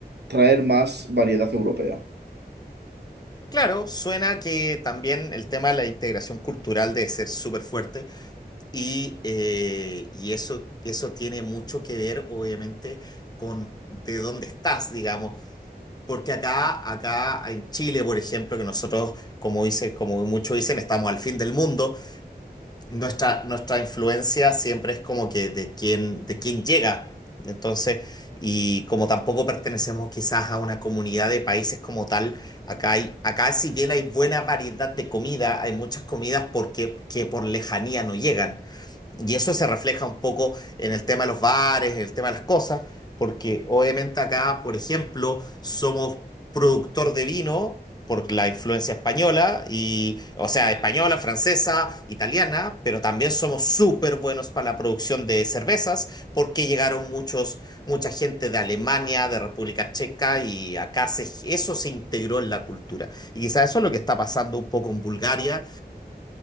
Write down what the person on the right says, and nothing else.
traer más variedad europea.